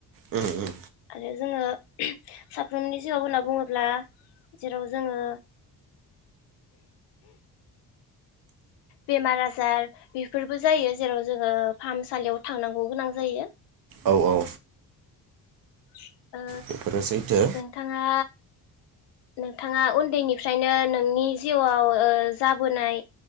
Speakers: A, on the right (about 55°); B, on the left (about 80°).
A: उम उम।
B: आरो जोङो साफ्रोमनि जिउआव होनना बुङोब्ला जेराव जोङो बेमार आजार बेफोरबो जायो जेराव जोङो फाहामसालियाव थांनांगौ गोनां जायो।
A: औ औ।
B: <inaudible> ओ
A: बेफोरो सैथो
B: नोंथाङा नोंथाङा उन्दैनिफ्रायनो नोंनि जिउआव ओ जाबोनाय